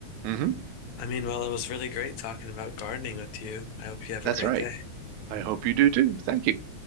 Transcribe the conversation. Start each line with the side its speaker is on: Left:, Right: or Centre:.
Right: hmm
Left: I mean, well, it was really great talking about gardening with you. I hope you have
Right: That's
Left: a great
Right: right.
Left: day.
Right: I hope you do too. Thank you.